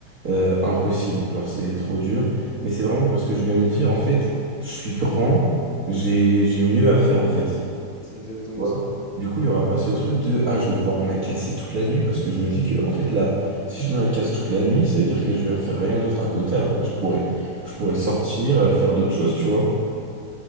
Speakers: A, on the right; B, on the left.
A: euh, impossible. Genre c'est trop dur.
B: Ouais,
A: Mais c'est vraiment parce que je vais me dire en fait, je suis grand, j'ai j'ai mieux à faire en fait.
B: c'est exactement
A: Voilà.
B: ça.
A: Du coup, il y aura pas ce truc de ah je vais pouvoir me la casser toute la nuit parce que je me dis que en fait là, si je me la casse toute la nuit, ça veut dire que je vais faire rien d'autre à côté alors que je pourrais je
B: Mm.
A: pourrais sortir, euh, faire d'autres choses, tu vois.